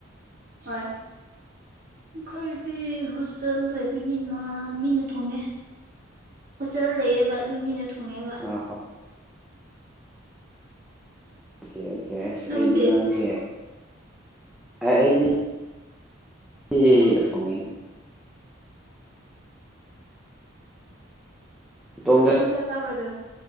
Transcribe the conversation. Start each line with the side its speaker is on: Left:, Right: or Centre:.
Right: ꯍꯣꯏ ꯑꯩꯈꯣꯏꯗꯤ ꯍꯣꯁꯇꯦꯜꯗ ꯑꯣꯏꯕꯅꯤꯅ ꯃꯤꯅ ꯊꯣꯡꯉꯦ ꯍꯣꯁꯇꯦꯜ ꯂꯩꯌꯦꯕ ꯑꯗꯨ ꯃꯤꯅ ꯊꯣꯡꯉꯦꯕ
Centre: ꯑꯣꯀꯦ ꯑꯣꯀꯦ ꯑꯣꯀꯦ ꯑꯁ
Right: ꯅꯪꯗꯤ
Centre: ꯑꯩꯗꯤ ꯅꯪꯁꯦ ꯑꯩꯗꯤ ꯍ ꯊꯣꯡꯉꯗ ꯏꯇꯣꯝꯗ
Right: ꯀꯔꯤꯃꯤꯁ ꯆꯝ꯭ꯔꯖꯣ